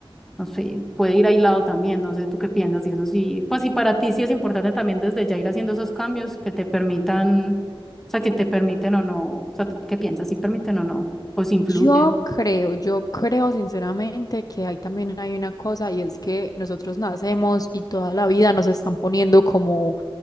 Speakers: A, in the centre; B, on the left (about 40°).
A: no sé, puede ir aislado también, no sé, tú qué piensas, y eso sí, pues, y para ti sí es importante también desde ya ir haciendo esos cambios que te permitan, o sea, que te permiten o no, o sea, ¿tú qué piensas? ¿Si permiten o no? ¿O si influyen?
B: Yo creo, yo creo sinceramente que ahí también hay una cosa y es que nosotros nacemos y toda la vida nos están poniendo como